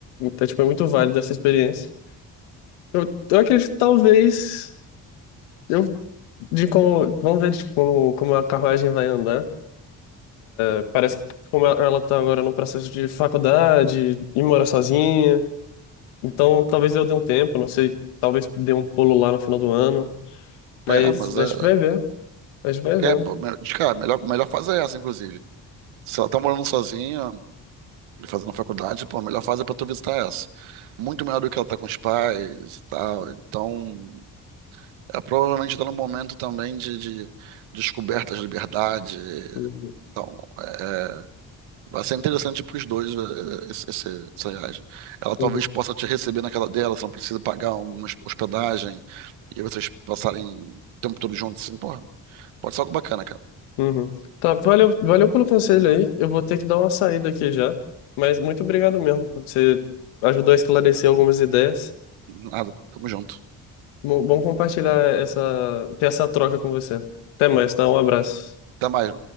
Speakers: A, on the left; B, on the right.
A: é, tipo, é muito válida essa experiência. Eu, eu acredito que talvez eu de como vamos ver de como, como a carruagem vai andar. É, Parece que como ela ela tá agora no processo de faculdade e mora sozinha, então talvez eu dê um tempo, não sei, talvez dê um pulo lá no final do ano, mas
B: É, mas
A: a
B: é.
A: gente vai ver, a gente vai vendo.
B: É, pô, me- de cara, melhor, melhor fase é essa, inclusive. Se ela tá morando sozinha e fazendo faculdade, pô, a melhor fase é pra tu visitar essa. Muito melhor do que ela tá com os pais e tal. Então, é, provavelmente tá num momento também de, de descoberta de liberdade.
A: Uhum,
B: Então, é, Vai ser interessante para os dois eh, esse- esse- essa viagem. Ela talvez
A: uhum,
B: possa te receber na casa dela, você não precisa pagar uma hos- hospedagem e vocês passarem o tempo todo juntos. Assim, porra, pode ser algo bacana, cara.
A: uhum. Tá, valeu, valeu pelo conselho aí. Eu vou ter que dar uma saída aqui já, mas muito obrigado mesmo, você ajudou a esclarecer algumas ideias.
B: Nada, tamo junto.
A: Bom, bom compartilhar essa, ter essa troca com você. Até mais, tá? Um abraço.
B: Até mais.